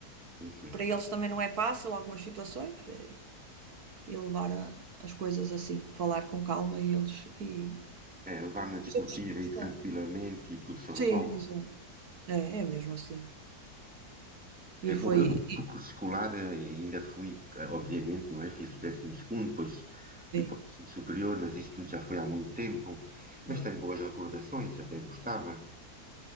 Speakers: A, in the centre; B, on the right (about 70°).
A: Enfim,
B: que para eles também não é fácil algumas situações e, e levar a- as coisas assim, falar com calma e eles e
A: é, levar na desportiva
B: os outros e gostar.
A: e tranquilamente e tudo se resolve.
B: Sim, exato. É, é mesmo assim.
A: É,
B: E
A: bom,
B: foi.
A: eu no
B: E,
A: curso escolar eh, ainda fui, eh, obviamente, não é? Fiz o décimo segundo, depois fui
B: sim,
A: para o ensino superior, mas isso tudo já foi há muito tempo. Mas
B: claro.
A: tenho boas recordações, até gostava.